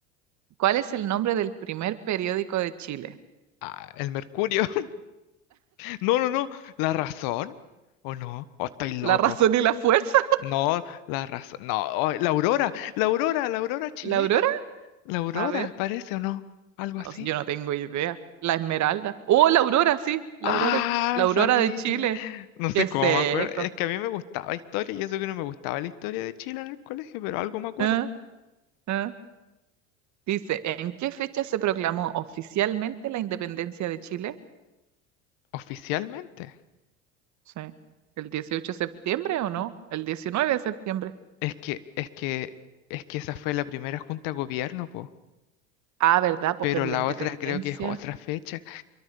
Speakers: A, on the right; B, on the left.
A: ¿cuál es el nombre del primer periódico de Chile?
B: Ah, el Mercurio. <laughs> No, no, no. ¿La razón? ¿O no? ¿O estoy loco?
A: ¿La razón y la fuerza?
B: No, la raza. No, oh, la aurora, la aurora, la aurora chilena.
A: ¿La aurora?
B: La aurora,
A: A ver.
B: parece o no. Algo
A: No,
B: así.
A: yo no tengo idea. La Esmeralda. Oh, la Aurora, sí. La
B: Ah,
A: Aurora, la Aurora
B: sabía.
A: de Chile.
B: No sé
A: Qué seco.
B: cómo me acuerdo. Es que a mí me gustaba historia y eso que no me gustaba la historia de Chile en el colegio, pero algo me acuerdo.
A: Ah, ah. Dice, ¿en qué fecha se proclamó oficialmente la independencia de Chile?
B: Oficialmente.
A: Sí. ¿El 18 de septiembre o no? El 19 de septiembre.
B: Es que, es que, es que esa fue la primera junta de gobierno, po.
A: Ah, ¿verdad? Pues,
B: Pero
A: pero
B: la
A: la independencia
B: otra creo que es otra fecha.